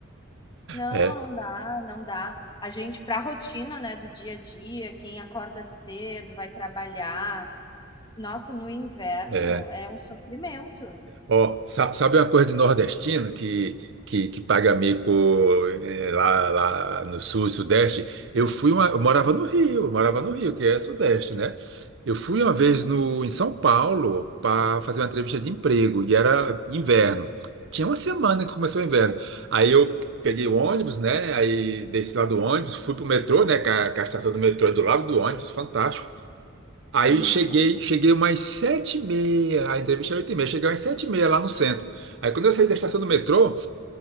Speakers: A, on the left; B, on the right.
A: Não,
B: É.
A: não dá, não dá. A gente, para a rotina, né, do dia a dia, quem acorda cedo, vai trabalhar. Nossa, no inverno
B: é.
A: é um sofrimento.
B: Ó, sa- sabe uma coisa de nordestino que, que, que paga mico eh, lá, lá no sul, e sudeste? Eu fui uma, eu morava no Rio, eu morava no Rio, que é sudeste, né? Eu fui uma
A: Uhum,
B: vez no, em São Paulo para fazer uma entrevista de emprego e era inverno. Tinha uma semana que começou o inverno. Aí eu peguei o ônibus, né? Aí desci lá do ônibus, fui pro metrô, né? Que a, que a estação do metrô é do lado do ônibus, fantástico. Aí
A: uhum.
B: cheguei, cheguei umas sete e meia, a entrevista era oito e meia, cheguei umas sete e meia lá no centro. Aí quando eu saí da estação do metrô,